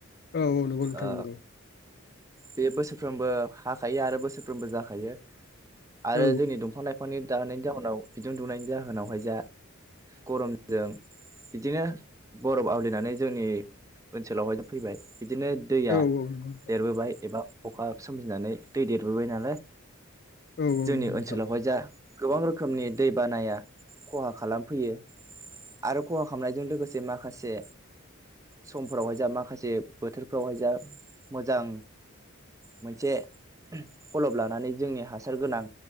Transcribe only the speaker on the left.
औ औ नोंगौ नोंथां
नोंगौ।
औ
औ नंगौ नोंथां
औ नंगौ
नोंथां औ